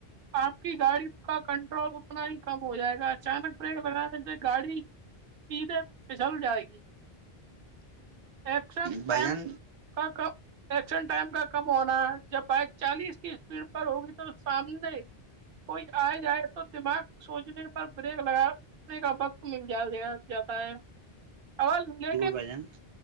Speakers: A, on the right; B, on the right.
A: آپ کی گاڑی کا کنٹرول اتنا ہی کم ہو جائے گا اچانک بریک لگانے سے گاڑی سیدھے پچل جائے گی <unintelligible> ایکشن
B: بھائی
A: ٹائم
B: جان
A: کا کا <unintelligible> ایکشن ٹائم کا کم ہونا جب بائک چالیس کی اسپیڈ پر ہوگی تو سامنے کوئی آئے جائے تو دماغ سوچنے پر بریک لگانے کا وقت مل جیا جاتا ہے آواز لیک <unintelligible>
B: ب جان <unintelligible>